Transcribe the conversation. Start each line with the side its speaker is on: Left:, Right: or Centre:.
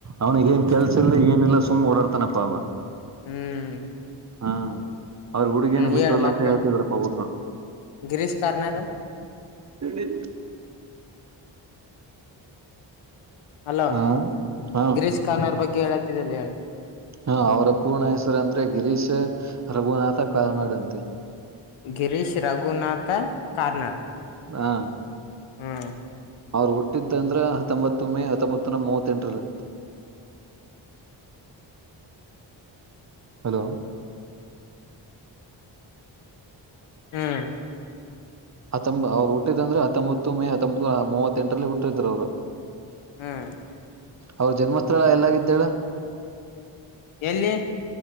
Right: ಅವನಿಗೇನ್
Left: ಹ್ಮ್
Right: ಕೆಲ್ಸ ಇಲ್ ಏನಿಲ್ಲ ಸುಮ್ಮ್ ಓಡಾಡ್ತಾನಪ್ಪ ಅವ.
Left: ಹ್ಮ್
Right: ಹಾ ಅವ್ರ ಹುಡುಗೇನ
Left: ಹ್ಮ್
Right: ಬಿಟ್ಟೋದ್ಲ
Left: ಹೇಳ ಮತ್ತೇಳ
Right: ಅಂತ ಹೇಳ್ತಿದ್ರಪ್ಪ ಹುಡ್ರು.
Left: ಗಿರೀಶ್ ಕಾರ್ನಾರ್
Right: ಎ
Left: ಅಲೋ
Right: ಹ ಹ
Left: ಗಿರೀಶ್ ಕಾರ್ನಾಡ್ ಬಗ್ಗೆ ಹೇಳತ್ತಿದೆಲ್ಲೇ.
Right: ಹ ಅವ್ರ ಪೂರ್ಣ ಹೆಸರು ಅಂದ್ರೆ ಗಿರೀಶ ರಘುನಾಥ ಕಾರ್ನಾಡ್ ಅಂತೆ.
Left: ಗಿರೀಶ್ ರಘುನಾಥ ಕಾರ್ನಾಲ್
Right: ಹಾ
Left: ಹ್ಮ್
Right: ಅವ್ರು ಹುಟ್ಟಿದ್ದಂದ್ರೆ ಹತ್ತೊಂಬತ್ತು ಮೇ ಹತ್ತೊಂಬತ್ತು ನೂರ ಮೂವತ್ತೆಂಟರಲ್ಲಿಂತೆ. ಹಲೋ
Left: ಹ್ಮ್
Right: ಹತ್ತೊಂಬ ಅವರು ಹುಟ್ಟಿದಂದ್ರೆ ಹತ್ತೊಂಬತ್ತು ಮೇ ಹತ್ತೊಂಬತ್ತು ಮೂವತ್ತೆಂಟರಲ್ಲಿ ಹುಟ್ಟಿದ್ರು ಅವರು
Left: ಹ್ಮ್
Right: ಅವ್ರ ಜನ್ಮಸ್ಥಳ ಎಲ್ಲಾಗಿದ್ದಾಳ
Left: ಎಲ್ಲಿ